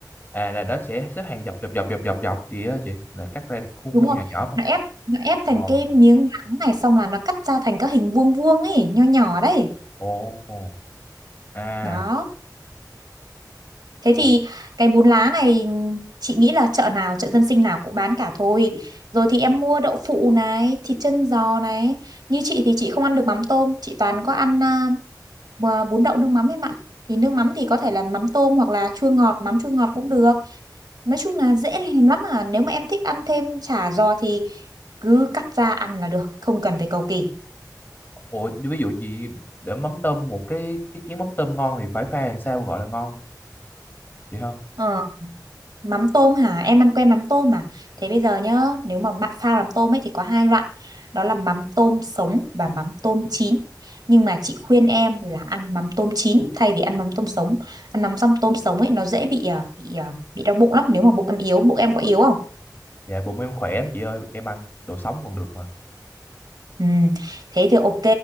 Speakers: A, on the left; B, on the right.
A: à là nó sẽ xếp hàng dọc dọc dọc dọc dọc dọc gì đó chị là cắt ra khuôn
B: đúng
A: khuôn
B: không
A: nhỏ nhỏ không
B: nó ép nó ép thành
A: ồ
B: cái miếng lá này xong là nó cắt ra thành các hình vuông vuông ấy nho nhỏ đấy
A: ồ à
B: đó Thế
A: ồ,
B: thì cái bún lá này chị nghĩ là chợ nào, chợ dân sinh nào cũng bán cả thôi. Rồi thì em mua đậu phụ này, thịt chân giò này. Như chị thì chị không ăn được mắm tôm, chị toàn có ăn à, mà bún đậu nước mắm em ạ. Thì nước mắm thì có thể là mắm tôm hoặc là chua ngọt, mắm chua ngọt cũng được. Nói chung là dễ làm lắm à. Nếu mà em thích ăn thêm chả giò thì cứ cắt ra ăn là được, không cần phải cầu kỳ.
A: ồ ví dụ gì để mắm tôm một cái cái chén mắm tôm ngon thì phải pha làm sao gọi là ngon chị ha
B: Ờ. Mắm tôm hả? Em ăn quen mắm tôm mà. Thế bây giờ nhá, nếu mà bạn pha mắm tôm ấy thì có hai loại. Đó là mắm tôm sống và mắm tôm chín. Nhưng mà chị khuyên em là ăn mắm tôm chín thay vì ăn mắm tôm sống. Ăn mắm xong tôm sống ấy nó dễ bị à, bị à, bị đau bụng lắm nếu mà bụng em yếu, bụng em có yếu không?
A: dạ bụng em khỏe lắm chị ơi em ăn đồ sống còn được mà
B: Ừ. Thế thì ok,